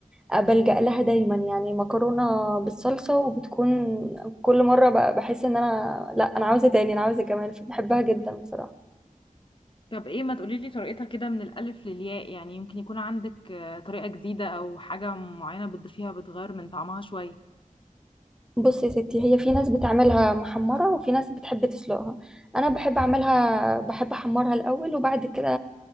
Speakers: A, in the centre; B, on the left.
A: آه، بلجأ لها دايما يعني مكرونة بالصلصة وبتكون كل مرة بقى بحس ان انا لا انا عاوزة تاني انا عاوزة كمان فبحبها جدا بصراحة
B: طب ايه ما تقولي لي طريقتها كده من الالف للياء يعني يمكن يكون عندك آه، طريقه جديده او حاجه معينه بتضيفيها بتغير من طعمها شويه
A: بصي يا ستي هي في ناس بتعملها محمرة وفي ناس بتحب تسلقها انا بحب اعملها بحب احمرها الاول وبعد كده